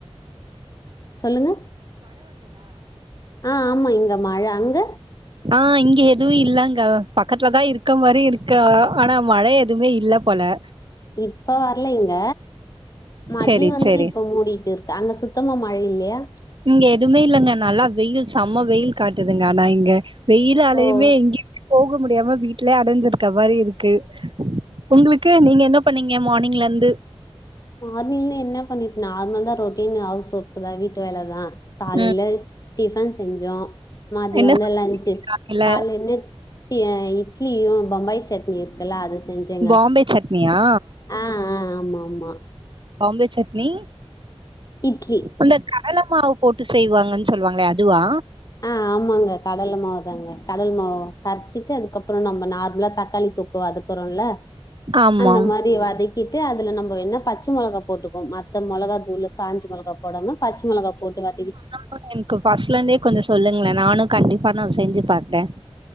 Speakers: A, on the left; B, on the right.
A: சொல்லுங்க ஆ ஆமா இங்க மழ அங்க
B: ஆ இங்க எதுவு இல்லங்க பக்கத்துலதா இருக்க மாரி இருக்க ஆனா மழ எதுமே இல்ல போல
A: இப்ப வரலைங்க மதியோ
B: சரி,
A: வந்தது
B: சரி.
A: இப்ப மூடிட்டு இருக்கு அங்க சுத் தமா மழ இல்லையா
B: இங்க எதுமே இல்லங்க நல்லா வெயில் செம்ம வெயில் காட்டுதுங்க ஆனா இங்க வெயிலாலயுமே
A: ஓ
B: எங்கயுமே போக முடியாம வீட்லயே அடஞ்சிருக்க மாரி இருக்கு உங்களுக்கு நீங்க என்ன பண்ணீங்க மானிங்ல இருந்து
A: மார்னிங்ல என்ன பண்ணி நார்மல்தா ரொட் டீன் ஹவுஸ் ஒர்க்குதா வீட்டு வேலதா காலேல
B: ம்.
A: டிஃபன் செஞ்சோ மதியோ
B: என்ன
A: வந்து லன்ச்சு
B: சமையல?
A: கால்ல என்ன இட் இட்லியு பம்பாய் சட்னி இருக்குல்ல அது செஞ்சேங்
B: பாம்பே சட்னியா
A: ஆ ஆ ஆமா ஆமா
B: பாம்பே சட்னி
A: இட்லி
B: அந்த கடல மாவு போட்டு செய்வாங்கன்னு சொல்லுவாங்களே அதுவா
A: ஆ ஆமாங்க கடல மாவு தாங்க கடல மாவ கரச்சிட்டு அதுக்கப்பறோ நம்ம நார்மலா தக்காளி தொக்கு வதக் குறோல்ல
B: ஆமா.
A: அந்த மாரி வதக்கிட்டு அதுல நம்ம இப்போ என்ன பச்ச மெளகா போட்டுக்குவோ மத்த மெளகா தூளு காஞ்ச மெளகா போடாம பச்ச மெளகா போட்டு வதக்கிட்டு
B: பூரா எனக்கு ஃபர்ஸ்ட்ல இருந்தே கொஞ்சோ சொல்லுங்களே நானு கண்டிப்பா நா செஞ்சி பாக்குறே